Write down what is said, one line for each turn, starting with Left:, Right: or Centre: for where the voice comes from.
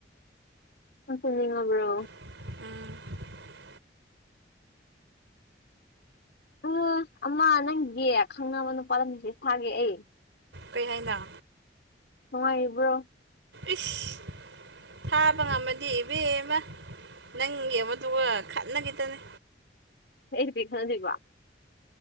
Left: ꯅꯪ ꯇꯨꯝꯅꯤꯡꯉꯕ꯭ꯔꯣ
Right: ꯎꯝ
Left: ꯑꯣ ꯑꯃ ꯅꯪꯒꯤ ꯈꯪꯅꯕ ꯅꯨꯄꯥꯗꯨ ꯃ‌ꯦꯁ‌ꯦꯖ ꯊꯥꯒ‌ꯦ ꯑꯩ
Right: ꯀꯩ ꯍꯥꯏꯅ‌ꯣ
Left: ꯅꯨꯡꯉꯥꯏꯔꯤꯕ꯭ꯔꯣ
Right: ꯏꯁ ꯊꯥꯕ ꯉꯝꯃꯗꯤ ꯏꯕꯦꯝꯕ ꯅꯪꯒꯤꯕꯗꯨꯒ ꯈꯠꯅꯈꯤꯇꯅꯤ
Left: ꯑꯩ ꯅꯨꯄꯤ ꯈꯠꯅꯗ‌ꯣꯏꯕ